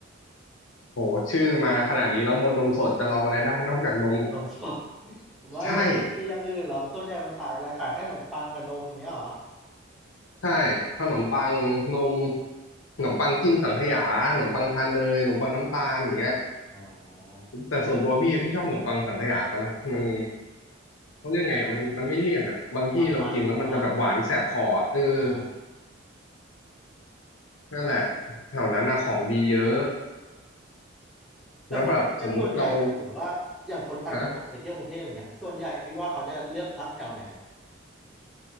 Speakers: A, on the left (about 80°); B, in the centre.
A: โหชื่อมาขนาดนี้แล้วมนต์นมสดจะลองอะไรได้นอกจากนม
B: นมสดไม่แต่ที่อย่างอื่นเหรอส่วนใหญ่มันขายอะไรขายแค่ขนมปังกับนมอย่างเงี้ยเหรอ
A: ใช่ใช่ขนมปังนมขนมปังจิ้มสังขยาขนมปังทานเนยขนมปังน้ำตาลอย่างเงี้ย
B: อ๋อ
A: แต่ส่วนตัวพี่พี่ชอบขนมปังสังขยาเขานะมันเขาเรียกไงอ่ะมันมันไม่เลี่ยนอ่ะบางที่เรากินแล้วมันจะแบบหวานแสบคออะเออ
B: หวานมันใช่ปะอ่า
A: นั่นแหละแถวนั้นน่ะของดีเยอะ
B: แต่คนกรุงเทพส่วนใหญ่ถ้าสมมติว่าอย่างคนต่างจังหวัดไปเที่ยวกรุงเทพอย่างเงี้ยส่วนใหญ่พี่ว่าเขาจะเลือกพักแถวไหน
A: แล้วแบบสมมุติเราฮะ